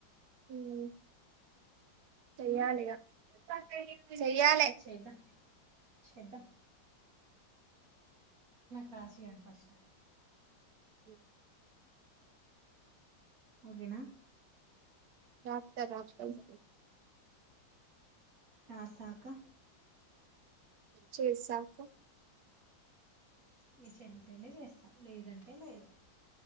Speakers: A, on the right (about 70°); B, on the right (about 50°).
A: ఉమ్ చెయ్యాలే
B: ఉమ్
A: ఇగ చేయ్యాలే
B: చేద్దాం చేద్దాం రాసియను ఫస్ట్
A: హ
B: ఓకేనా
A: రాత్తడు రాత్తడు
B: రాసాక
A: చేస్త ఆగు ఫో
B: మీ చెల్లి పెళ్లి చేస్తా లేదంటే లేదు